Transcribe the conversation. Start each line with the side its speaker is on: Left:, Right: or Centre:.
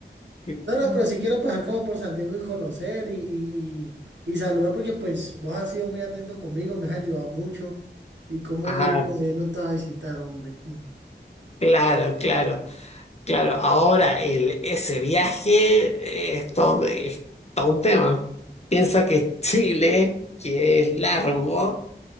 Left: <laughs>
Right: No, no, pero sí quiero pasar como por Santiago y conocer y, y, y, y saludar porque pues vos has sido muy atento conmigo, me has ayudado mucho. Y como
Left: Ah,
Right: hoy por ahí no te va a visitar, hombre. Mm,
Left: claro, claro, claro. Ahora el, ese viaje eh, es todo, es todo un tema. Piensa que Chile, que es largo.